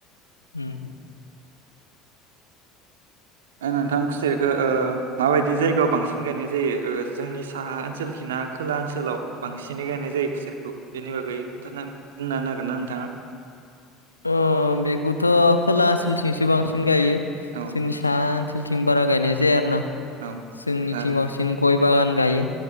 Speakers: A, on the left; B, on the right.
A: हम
B: ओ नोंथां खुसेरखो ओ माबायदि जायगायाव बांसिन गायनाय जायो ओ जोंनि साहा ओनसोलखिनाा खोला ओनसोलाव। बांसिनै गायनाय जायो खुसेरखौ बेनि बागै दाना बुंना होन नागिरनाा नोंथाङा।
A: अ बेखौथ' खोला ओनसोलथिंसो बांसिन गायो।
B: औ
A: जोंनि साहा ओनसोलथिं बारा गायनाय जाया आरो ना
B: औ
A: जोंनिथिं
B: ओ
A: बांसिन गय बागान गायो।